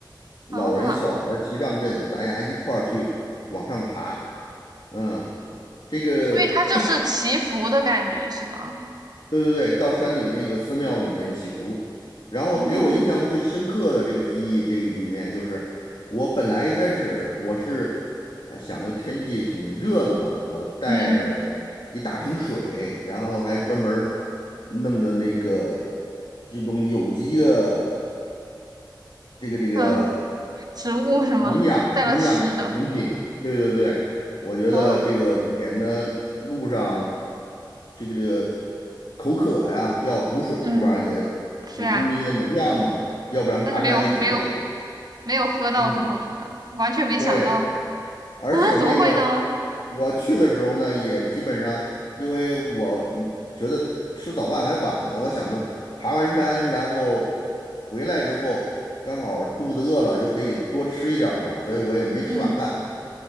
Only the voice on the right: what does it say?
哦，
所以它就是祈福的感觉，是吗？
哦，
嗯
嗯。植物什么带了吃的
啊，
嗯，
是啊，
但是没有没有没有喝到最后什么，
完全没想到，
嗯，怎么会呢？
嗯，